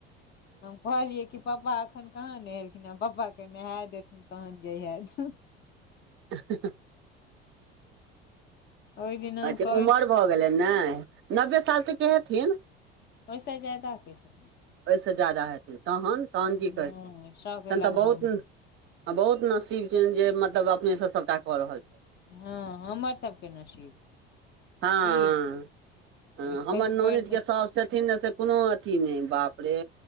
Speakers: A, on the left; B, on the right.
A: हम कहलियै कि पप्पा एखन कहाँ नहेलखिन पापाके नहा देथुन तखन जहिये देथुन।
B: हँ-हँ-ह
A: ओहि दिना
B: अच्छा
A: कहै
B: उमर भऽ गेलै नहि नब्बे साल तऽ के हेथिन।
A: ओइसा जाइ ताैै <unintelligible>
B: ओहिसँ ज्यादा हेतै। तहन-तहन की
A: हँ
B: कहे छै
A: सए के
B: तन
A: लगभग
B: तऽ बहुत,
A: मे।
B: बहुत नसीब जे मतलब अपने से सबटा कऽ रहल छै।
A: हँ हमर सबके नसीब।
B: हँ-हँ-हँ
A: की खसि
B: हमर नॉनेंद
A: पड़तै
B: साउस छथिन ने से कुनू अथी नहि बाप रे।